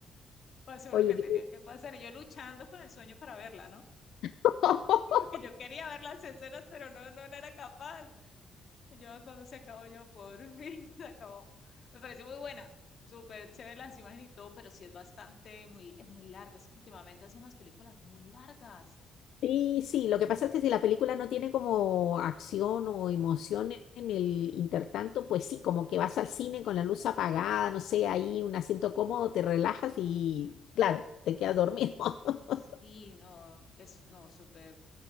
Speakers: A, on the left (about 50°); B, on the left (about 75°).
A: pasó
B: Oye,
A: lo que tenía
B: qué-
A: que pasar y yo luchando con el sueño para verla, ¿no?
B: <laughs>
A: <laughs> Porque yo quería ver las escenas, pero no, no, no era capaz. Yo cuando se acabó, yo por fin <laughs> se acabó. Me pareció muy buena, súper chévere las imágenes y todo, pero sí es bastante, muy, es muy larga. Es que últimamente hacen las películas muy largas.
B: Y sí, lo que pasa es que si la película no tiene como acción o emoción en el intertanto, pues sí, como que vas al cine con la luz apagada, no sé, ahí un asiento cómodo, te relajas y claro, te quedas dormido. <laughs>
A: Sí, no, es no, súper.